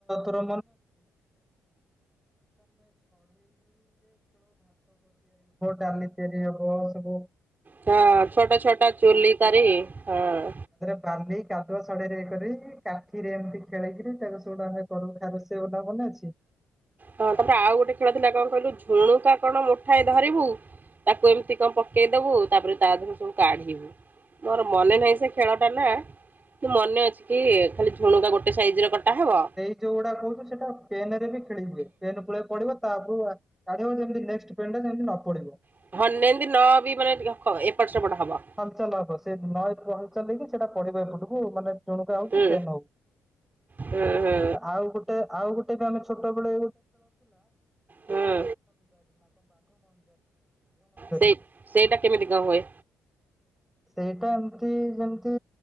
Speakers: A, in the centre; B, on the right.
A: ହେବ, ଡ଼ାଲି ତିଆରି ହେବ ସବୁ।
B: ହଁ ଛୋଟ ଛୋଟ ଚୁଲି କରି ହଁ
A: <inaudible> <inaudible>
B: ହଁ ତା'ପରେ ଆଉ ଗୋଟେ ଖେଳ ଥିଲା, କ'ଣ କହିଲୁ? ଝୁଣୁକା କ'ଣ ମୁଠାଏ ଧରିବୁ। ତାକୁ ଏମ୍ତି ଙ୍କ ପକେଇ ଦବୁ, ତା'ପରେ ତା ଦେହରୁ ସବୁ କାଢ଼ିବୁ। ମର ମନେ ନାହିଁ ସେ ଖେଳ ଟା ନା। ମନେ ଅଛି ଖାଲି ଝୁଣୁକା ଗୋଟେ ସାଇଜ୍‌ ର କଟା ହବ।
A: ଯଉ କହଚୁ ସେଟା ପେନେରେ ବି ଖେଳି ହୁଏ, ପେନେ ପଡ଼ିବ। ପକେଇବୁ, ଯେମିତି ନେ--ଷ୍ଟ୍ ପେନ୍ ଟା ଯେମିତି ନ ପଡ଼ିବ।
B: <inaudible>
A: ହଲ୍ ଚଲ୍ ହବ, ସେ ନ ହଲ୍ ଚଲ୍ ହେଇକି ସେଟା ପଡ଼ିବ ଏପଟକୁ। ମାନେ ଝୁଣୁ ହଉ
B: ହୁଁ
A: କି ପେନ୍ ହଉ,
B: ହୁଁ ହୁଁ
A: ଆଉ ଗୋଟେ ଆଉ ଗୋଟେ ବି ଆମେ ଛୋଟ ବେଳେ
B: ହୁଁ ସେଇ
A: <inaudible>
B: ସେଇଟା କେମିତି ଙ୍କ ହୁଏ?
A: ସେଇଟା ଏମ୍ତି ସେମ୍ତି